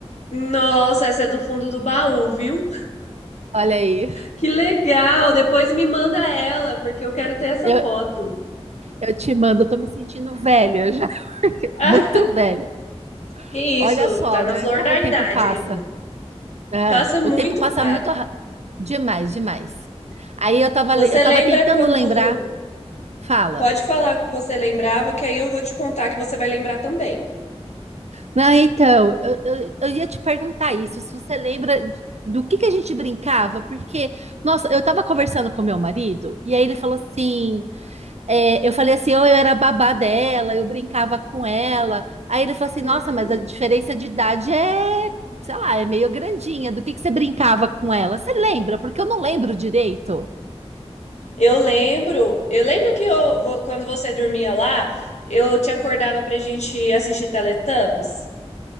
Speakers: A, on the left; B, on the right.
A: Nossa, essa é do fundo do baú, viu?
B: Olha aí.
A: Que legal! Depois me manda ela, porque eu quero ter essa
B: Eu,
A: foto.
B: eu te mando, eu tô me sentindo velha já, <laughs>
A: <laughs> Ah,
B: muito velha.
A: que
B: Olha
A: isso,
B: só,
A: tá na
B: né?
A: flor
B: Como
A: da
B: o tempo
A: idade
B: passa.
A: ainda.
B: né?
A: Passa muito
B: o tempo passa
A: rápido.
B: muito ra- demais, demais. Aí eu tava,
A: Você
B: le- eu tava
A: lembra
B: tentando
A: quando.
B: lembrar. Fala.
A: Pode falar o que você lembrava, que aí eu vou te contar que você vai lembrar também.
B: Não, então, eu, eu, eu ia te perguntar isso, se você lembra do que que a gente brincava, porque, nossa, eu tava conversando com meu marido, e aí ele falou assim, é, eu falei assim, oh, eu era babá dela, eu brincava com ela, aí ele falou assim,
A: Uhum.
B: nossa, mas a diferença de idade é, sei lá, é meio grandinha, do que que você brincava com ela? Você lembra? Porque eu não lembro direito.
A: Eu lembro, eu lembro que eu, vo- quando você dormia lá, eu te acordava pra gente assistir Teletubbies.